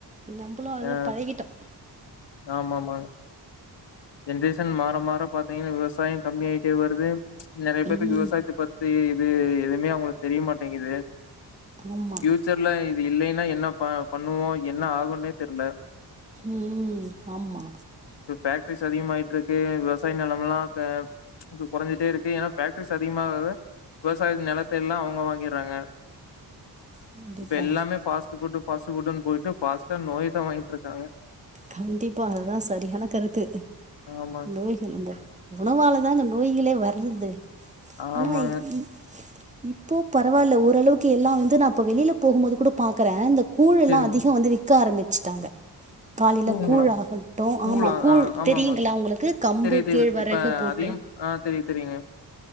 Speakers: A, on the right (about 15°); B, on the left (about 80°).
A: நம்பளும் அத
B: ஆ
A: பழகிட்டோம்
B: ஆமா ஆமாங்க ஜென்ரேசன் மாற மாற பாத்தீங்கன்னா விவசாயம் கம்மியாயிட்டே வருது நெறைய பேத்துக்கு
A: ம்
B: விவசாயத்தபத்தி இது எதுவுமே அவங்களுக்கு தெரியமாட்டேங்கிது
A: ஆமா
B: ஃப்யூச்சர்ல இது இல்லைன்னா என்ன ப பண்ணுவோம் என்ன ஆகும்ன்னே தெர்ல
A: உம் உம் ஆமா
B: பேக் ட்ரிஸ் அதிகமாய்ட்ருக்கு இருக்கு விவசாய நெலமெலாம் அங்க ப்ச் கொறஞ்சிட்டே இருக்கு ஏன்னா பேஃபக்ட்ரிஸ் அதிகமாகாக விவசாய நெலத்தை எல்லாம் அவங்க வாங்கிறாங்க
A: கண்டிப்பா
B: இப்ப எல்லாமே பாஸ்ட்ஃபுட்டு ஃபாஸ்ட்டு ஃபுட்டுனு போயிட்டு ஃபாஸ்டா நோய தான் வாங்கிட்டுருக்காங்க
A: கண்டிப்பா அதான் சரியான கருத்து
B: ஆமாங்க
A: நோய்களுங்க உணவாளதாங்க நோய்களே வர்றது ஆன
B: ஆமாங்க
A: இ இ இப்போ பரவால்ல ஓரளவுக்கு எல்லா வந்து நான் இப்ப வெளியில போகும்போது கூட பாக்குறேன் இந்த கூழெல்லாம்
B: சரிங்க
A: அதிகம் வந்து விக் க்க ஆரம்பிச்சுட்டாங்க காலைல
B: பூங்களா
A: கூழாகட்டும்
B: பூலா
A: ஆமா கூழ்
B: ஆ ஆமாமா
A: தெரியிங்களா உங்களுக்கு கம்பு
B: தெரியுது தெரியு
A: கேழ்வரக
B: இப்ப
A: போட்டு
B: அதையும் ஆ தெரியு தெரியுங்க